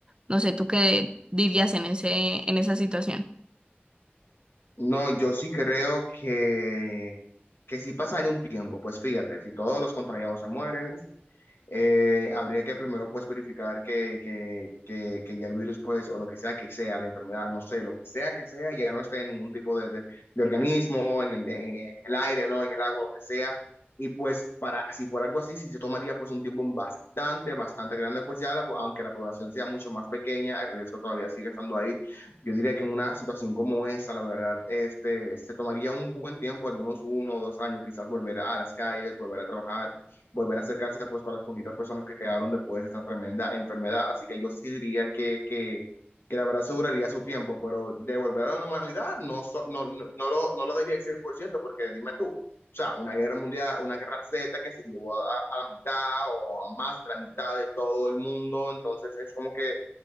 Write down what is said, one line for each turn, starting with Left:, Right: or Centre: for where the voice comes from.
Right: No sé, ¿tú qué dirías en ese, en esa situación?
Left: No, yo sí creo que, que sí pasaría un tiempo. Pues fíjate, si todos los contagiados se mueren, eh, habría que primero pues verificar que, que, que, que ya el virus pues o lo que sea que sea, la enfermedad, no sé, lo que sea que sea, ya no esté en ningún tipo de, de, de organismo, en el, en el aire, ¿no? En el agua, lo que sea. Y pues para, si fuera algo así, si se tomaría pues un tiempo bastante, bastante grande, pues ya la, aunque la población sea mucho más pequeña, el riesgo todavía sigue estando ahí. Yo diría que en una situación como esa, la verdad, este, se tomaría un buen tiempo, algunos uno o dos años, quizás volver a las calles, volver a trabajar volver a acercarse pues con las poquitas personas que quedaron después de esa tremenda enfermedad. Así que yo sí diría que, que, que la verdad aseguraría su tiempo, pero de volver a la normalidad no, so- no, no, no lo, no lo diría al 100% porque dime tú, o sea, una guerra mundial, una guerra Z que se llevó a, a la mitad o a más de la mitad de todo el mundo, entonces es como que